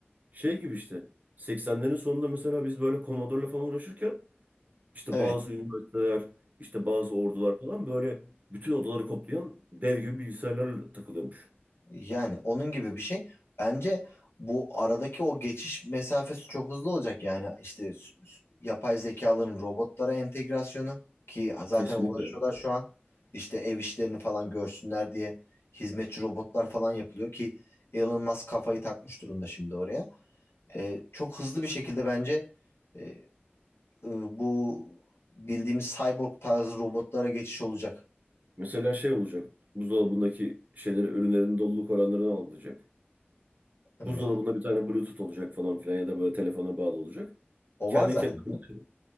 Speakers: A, on the right; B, on the left.
A: Şey gibi işte 80'lerin sonunda mesela biz böyle Commodore'la falan uğraşırken İşte
B: Evet.
A: bazı üniversiteler, işte bazı ordular falan böyle bütün odaları koplayan dev gibi bilgisayarlarla takılıyormuş.
B: Yani onun gibi bir şey. Bence bu aradaki o geçiş mesafesi çok hızlı olacak. Yani işte s- s- yapay zekaların robotlara entegrasyonu ki zaten
A: Kesinlikle.
B: uğraşıyorlar şu an. İşte ev işlerini falan görsünler diye hizmetçi robotlar falan yapılıyor ki Elon Musk kafayı takmış durumda şimdi oraya. Ee, çok hızlı bir şekilde bence e, e, bu bildiğimiz cyborg tarzı robotlara geçiş olacak.
A: Mesela şey olacak. Buzdolabındaki şeyleri, ürünlerin doluluk oranlarını algılayacak. Buzdolabında
B: Evet.
A: bir tane Bluetooth olacak falan filan ya da böyle telefona bağlı olacak.
B: O
A: Kendi
B: var zaten.
A: kendine mesaj